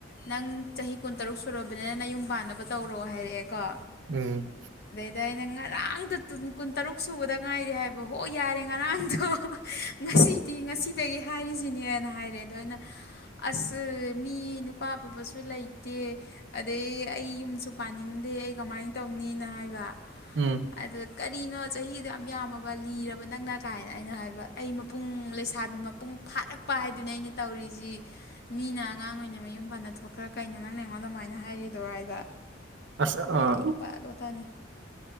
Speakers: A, on the left; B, on the right.
A: ꯅꯪ ꯆꯍꯤ ꯀꯨꯟꯇꯔꯨꯛ ꯁꯨꯔꯕꯅꯤꯅ ꯅꯪ ꯌꯨꯝ ꯄꯥꯟꯅꯕ ꯇꯧꯔꯣ ꯍꯥꯏꯔꯛꯑꯦꯀꯣ꯫
B: ꯎꯝ꯫
A: ꯑꯗ ꯑꯩꯅ ꯉꯔꯥꯡꯗꯣ ꯀꯨꯟ ꯇꯔꯨꯛ ꯁꯨꯕꯗ ꯉꯥꯏꯔꯦ ꯍꯥꯏꯕ ꯍꯣ ꯌꯥꯔꯦ ꯉꯔꯥꯡꯗꯣ꯫ ꯉꯁꯤꯗꯤ ꯉꯁꯤꯗꯒꯤ ꯍꯥꯏꯔꯤꯁꯤꯅꯦꯅ ꯍꯥꯏꯔꯦ ꯑꯗꯣ ꯑꯩꯅ ꯑꯁ ꯃꯤ ꯅꯨꯄꯥ ꯑꯐꯕꯁꯨ ꯂꯩꯇꯦ꯫ ꯑꯗꯩ ꯑꯩ ꯌꯨꯝꯁꯨ ꯄꯥꯅꯤꯡꯗꯦ ꯑꯩ ꯀꯃꯥꯏꯅ ꯇꯧꯅꯤꯅ ꯍꯥꯏꯕ꯫
B: ꯎꯝ꯫
A: ꯑꯗ ꯀꯔꯤꯅꯣ ꯆꯍꯤꯗꯣ ꯌꯥꯝ ꯌꯥꯝꯃꯕ ꯂꯤꯔꯕ ꯅꯪꯅ ꯀꯥꯏꯅ ꯑꯩꯅ ꯍꯥꯏꯕ ꯑꯩ ꯃꯄꯨꯡ ꯂꯩꯁꯥꯕꯤ ꯃꯄꯨꯡ ꯐꯥꯔꯛꯄ ꯍꯥꯏꯗꯨꯅ ꯑꯩꯅ ꯇꯧꯔꯤꯁꯤ꯫ ꯃꯤꯅ ꯑꯉꯥꯡ ꯑꯣꯏꯅ ꯃꯌꯨꯝ ꯄꯥꯟꯗ ꯊꯣꯛꯈ꯭ꯔ ꯀꯩꯅꯣ ꯅꯪꯅ ꯑꯩꯉꯣꯟꯗ ꯑꯗꯨꯃꯥꯏꯅ ꯍꯥꯏꯔꯤꯗꯣ ꯍꯥꯏꯕ
B: ꯑꯁ ꯑꯥ
A: ꯅꯌꯨꯝ ꯄꯥꯜꯂꯣꯇꯅꯤ꯫